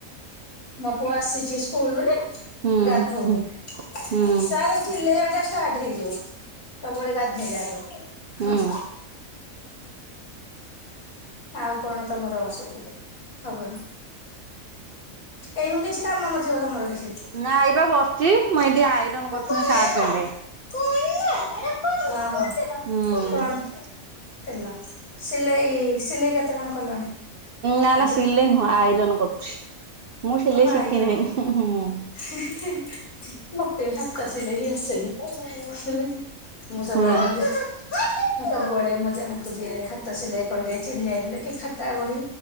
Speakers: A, on the left; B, on the right.
A: ମୋ ପୁଅ ଆସିଛି ସ୍କୁଲରୁ ଯେ
B: ହୁଁ ହୁଁ
A: ଗାଧଉଚି।
B: ହୁଁ
A: ତାର
B: ହୁଁ
A: ଚିଲେଇବାଟା ଷ୍ଟାର୍ଟ ହେଇଯିବ। ସବୁବେଳେ ଗାଧେଇଲାର,
B: ହୁଁ
A: ହଁ। ଆଉ କଣ ତମର ସବୁ ଖବର? ଏଇନୁ କିଛି କାମ ନଥିବ ତମର କିଛି?
B: ନା ଏଇବା ବସିଛି ମୁଁ ଏଇଠି ଆଇରନ୍
A: <unintelligible>
B: କରୁଥିଲି ସାର୍ଟ ପ୍ୟାଣ୍ଟ
A: କଣ
B: ହୁଁ
A: ତେଲ, ସିଲେଇ ସିଲେଇ କେତେ କଣ କଲଣି?
B: ନାଁ
A: ଆଜି?
B: ନାଁ ସିଲେଇ ନୁହଁ, ଆଇରନ୍ କରୁଛି। ମୁଁ ସିଲେଇ
A: ଓହୋ ଆଇରନ୍,
B: ଶିଖି ନାହିଁ ହୁଁ
A: ହି-ହି-ହି-ହି। ମତେ ବି ସାତଶ ସିଲେଇ ବି ଆସେନି। ଆକଚୁଆଲି ମୁଁ ସବୁବେଳେ
B: ହୁଁ
A: ମୋ ଯୋଉ ମୁୁଁ ସବୁବେଳେ ମୋ ଯାଆଙ୍କୁ ଦିଏ, ହାତ ସିଲେଇ କଣ ଟିକେ ଚିରି ଯାଇଥିଲେ। କି ଖାତା, ବହି